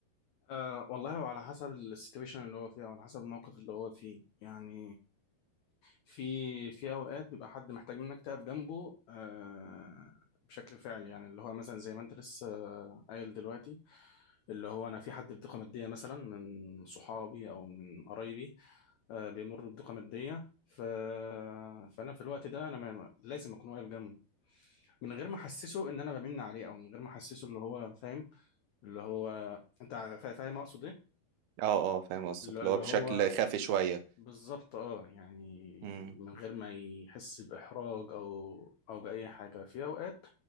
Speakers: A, on the left (about 85°); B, on the right (about 85°).
A: أه والله وعلى حسب السيتويشن اللي هو فيها وعلى حسب الموقف اللي هو فيه يعني في في اوقات بيبقى حد محتاج منك تقف جنبه أه بشكل فعلي يعني اللي هو مثلا زي ما انت لسه قايل دلوقتي اللي هو انا في حد في ضيقه ماديه مثلا من صحابي او من قرايبي آه، بيمر بضيقه ماديه ف... فانا في الوقت ده انا ما... لازم اكون واقف جنبه من غير ما احسسه ان انا بمن عليه او من غير ما احسسه اللي هو فاهم اللي هو انت فا- فاهم اقصد ايه
B: اه اه فاهم قصدك
A: اللي
B: اللي
A: اللي
B: هو بشكل
A: هو
B: خافي شوية
A: بالظبط اه يعني
B: امم
A: من غير ما يحس باحراج او او باي حاجه في اوقات